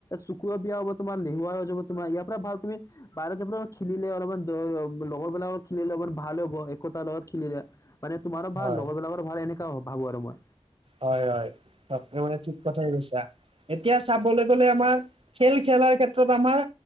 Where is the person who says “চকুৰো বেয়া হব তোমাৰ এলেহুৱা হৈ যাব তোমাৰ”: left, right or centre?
Left